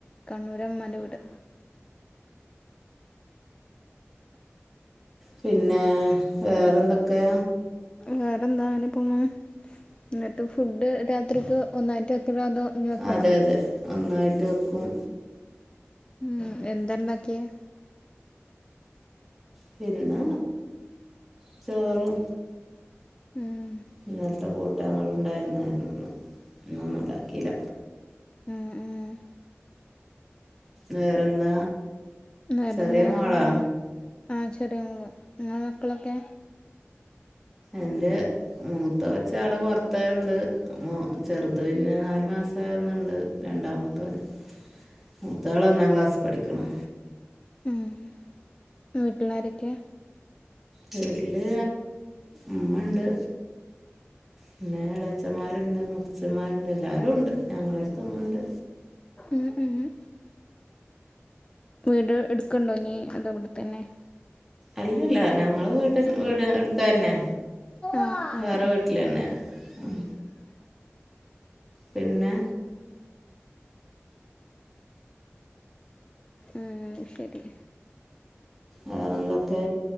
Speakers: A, on the left; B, in the centre.
A: കണ്ണൂരാ ഉമ്മാന്റെ വീട്.
B: പിന്നെ വേറെന്തക്കെയ
A: വേറെ എന്താ അങ്ങനെ പോണു എന്നിട്ട് ഫുഡ് രാത്രിക്ക് ഒന്നായിട്ട് വെക്കലാ അതോ ഇനി വെക്കണോ
B: അതെ അതെ ഒന്നായിട്ട് വെക്കും
A: ഉം എന്താ ഉണ്ടാക്കിയത്
B: പിന്നെ ചോറും
A: ഉം
B: ഇന്നലത്തെ കൂട്ടാങ്ങള്ണ്ടായിരുന്നു ഇന്ന് ഇന്നൊന്നും ഇണ്ടാക്കില്ല.
A: ഉം ഉം
B: വേറെന്താ?
A: വേറെ
B: ചെറിയ
A: എന്താ അങ്ങനെ
B: മോളാ
A: പോണു ആ ചെറിയ ആള് ഇങ്ങള മക്കളൊക്കെ?
B: എന്റെ മൂത്ത കൊച്ചവിടെ പുറത്ത്ണ്ട്. മോ ചെറുത് പിന്നെ നാല് മാസമാകുന്നുണ്ട് രണ്ടാമത്തോന്. മുത്താള് ഒന്നാം ക്ലാസ്സി പഠിക്ക്ണു.
A: മ്ഹ് വീട്ടിലാരൊക്കെ?
B: വീട്ടില് ഉമ്മ ണ്ട്. പിന്നെ എളച്ചന്മാരുണ്ട് മുത്തച്ഛന്മാരുണ്ട് എല്ലാരും ഉണ്ട് ഞങ്ങളടുത്ത് ഉമ്മണ്ട്.
A: മ്ഹ് മ്ഹ് വീട് എടുക്ക്ണ്ടോ നീ അതോ ഇവിടെ തന്നെ.
B: അല്ലല്ല ഞങ്ങള് വീട്ട വീട് അടുത്തന്നയ
A: ആഹ് ആഹ്
B: വേറെ വീട്ടിലന്നെ മ്ഹ് പിന്നെ
A: <inaudible> ആഹ് ശരി.
B: വേറെന്തൊക്കെ?